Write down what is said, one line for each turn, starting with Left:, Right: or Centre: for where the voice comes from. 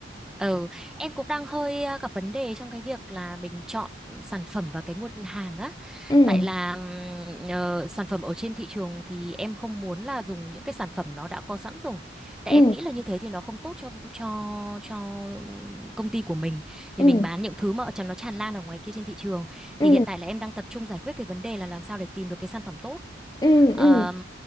Centre: ừ em cũng đang hơi ờ, gặp vấn đề trong cái việc là mình chọn sản phẩm và cái nguồn hàng á
Left: Ừ
Centre: tại là ừm, ờ, sản phẩm ở trên thị trường thì em không muốn là dùng những cái sản phẩm nó đã có sẵn rồi tại
Left: ừ
Centre: em nghĩ là như thế thì nó không tốt cho cho cho ừm, công ty của mình vì
Left: ừ
Centre: mình bán những thứ mà ở trong nó tràn lan ở ngoài kia trên thị trường thì
Left: ừ
Centre: hiện tại là em đang tập trung giải quyết cái vấn đề là làm sao để tìm được cái sản phẩm tốt
Left: ừ
Centre: Ờm,
Left: ừ